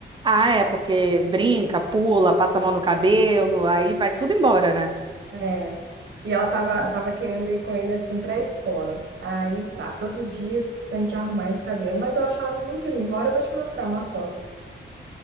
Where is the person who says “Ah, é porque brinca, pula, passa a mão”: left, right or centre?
Right